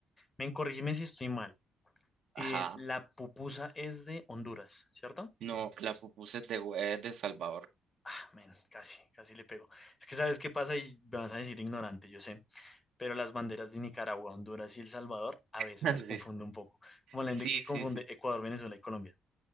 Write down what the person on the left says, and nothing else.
Men, corrígeme si estoy mal.
Eh, la pupusa es de Honduras, ¿cierto?
Ah, men, casi, casi le pego. Es que sabes qué pasa y me vas a decir ignorante, yo sé. Pero las banderas de Nicaragua, Honduras y El Salvador a
veces las
confundo un poco. Como la
gente que confunde
Ecuador, Venezuela y Colombia.